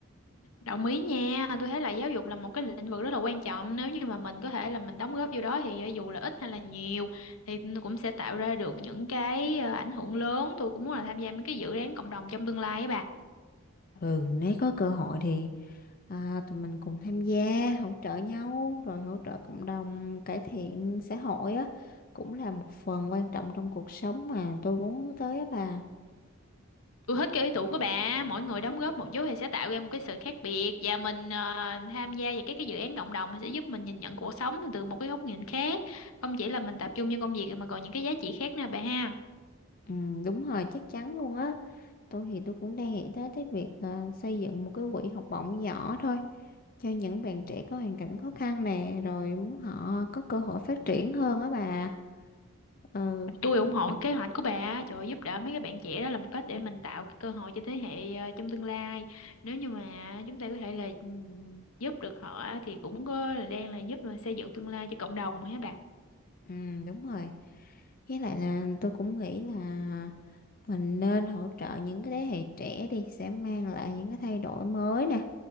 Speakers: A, on the left (about 85°); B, on the left (about 45°).
A: Đồng ý nha, tôi thấy là giáo dục là một cái lĩnh vực rất là quan trọng nếu như mà mình có thể là mình đóng góp vô đó thì ờ, dù là ít hay là nhiều thì cũng sẽ tạo ra được những cái ờ, ảnh hưởng lớn. Tôi cũng muốn là tham gia mấy cái dự án cộng đồng trong tương lai á bà.
B: Ừ, nếu có cơ hội thì à, tụi mình cùng tham gia, hỗ trợ nhau, rồi hỗ trợ cộng đồng, cải thiện xã hội á. Cũng là một phần quan trọng trong cuộc sống mà tôi muốn hướng tới á bà.
A: Tôi thích cái ý tưởng của bà, mỗi người đóng góp một chút thì sẽ tạo ra một cái sự khác biệt và mình ờ, tham gia vào các cái dự án cộng đồng thì sẽ giúp mình nhìn nhận cuộc sống từ một cái góc nhìn khác, không chỉ là mình tập trung vô công việc mà còn những cái giá trị khác nữa bà ha.
B: Ừ, đúng rồi, chắc chắn luôn á. tôi thì tôi cũng đang nghĩ tới cái việc à, xây dựng một cái quỹ học bổng nhỏ thôi cho những bạn trẻ có hoàn cảnh khó khăn nè rồi muốn họ có cơ hội phát triển hơn á bà ừ
A: Tôi ủng hộ kế hoạch của bà, trời ơi, giúp đỡ mấy cái bạn trẻ đó là một cách để mình tạo cái cơ hội cho thế hệ ờ, trong tương lai. Nếu như mà chúng ta có thể là ừm, giúp được họ thì cũng có là đang là giúp mà xây dựng tương lai cho cộng đồng mà hả bà.
B: ừ đúng rồi với lại là tôi cũng nghĩ là mình nên hỗ trợ những cái thế hệ trẻ đi sẽ mang lại những cái thay đổi mới nè